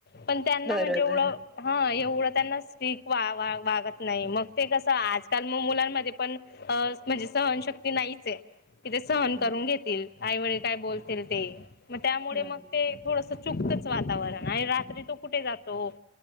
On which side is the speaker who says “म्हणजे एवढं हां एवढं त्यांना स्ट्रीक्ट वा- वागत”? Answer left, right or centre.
Left